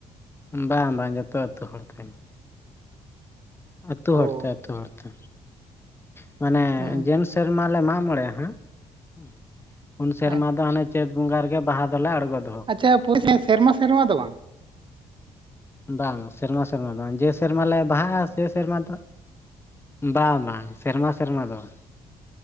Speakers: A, on the left; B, on the right.
A: ᱵᱟᱝ ᱵᱟᱝ ᱡᱚᱛᱚ ᱟᱹᱛᱩ ᱦᱚᱲ ᱛᱮᱜᱮ᱾ ᱟᱹᱛᱩ ᱦᱚᱲ
B: ᱚ
A: ᱛᱮ, ᱟᱹᱛᱩ ᱦᱚᱲ ᱛᱮ᱾ ᱮᱸ ᱢᱟᱱᱮ
B: ᱦᱩᱸ
A: ᱡᱮᱱ ᱥᱮᱨᱢᱟ ᱞᱮ ᱢᱟᱜ ᱢᱚᱬᱮ ᱟᱸ ᱦᱟᱸᱜ, ᱦᱩᱸ ᱩᱱ ᱥᱮᱨᱢᱟ
B: ᱦᱮᱸ
A: ᱫᱚ ᱦᱟᱱᱮ ᱪᱟᱹᱛ ᱵᱚᱸᱜᱟ ᱨᱮᱜᱮ ᱵᱟᱦᱟ ᱫᱚᱞᱮ ᱟᱲᱜᱚᱱ᱾
B: ᱟᱪᱪᱷᱟ ᱯᱚᱨᱤ ᱥᱮᱱ ᱥᱮᱨᱢᱟ ᱥᱮᱨᱢᱟ ᱫᱚ ᱵᱟᱝ?
A: ᱵᱟᱝ ᱥᱮᱨᱢᱟ ᱥᱮᱨᱢᱟ ᱫᱚ ᱵᱟᱝ, ᱡᱮ ᱥᱮᱨᱢᱟ ᱞᱮ ᱵᱟᱦᱟᱜ-ᱟ ᱥᱮᱥ ᱥᱮᱨᱢᱟ ᱫᱚ, ᱵᱟᱝ ᱵᱟᱝ ᱥᱮᱨᱢᱟ ᱥᱮᱨᱢᱟ ᱫᱚ ᱵᱟᱝ᱾